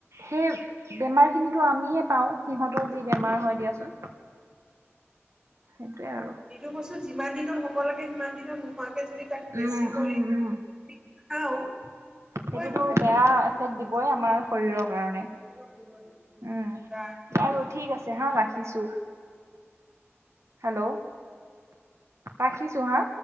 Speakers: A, on the right; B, on the right.
A: সেই বেমাৰখিনিটো আমিয়ে পাওঁ সিহঁতৰ যি বেমাৰ হয় দিয়াচোন সেইটোৱে আৰু
B: সেইটো বস্তু যিমান দিনৰ হ'ব হ'ব লাগে সিমান দিনত ন নোহোৱাকে যদি তাক বেছি
A: উম
B: কৰি
A: উম উম
B: খাওঁ হবইতো
A: সেইটোতো বেয়া দিবই আমাৰ শৰীৰক কাৰণে,
B: দিব দিব দিব।
A: উম
B: বা
A: বাৰু ঠিক আছে হাঁ ৰাখিছো হেল্ল, ৰাখিছো হা।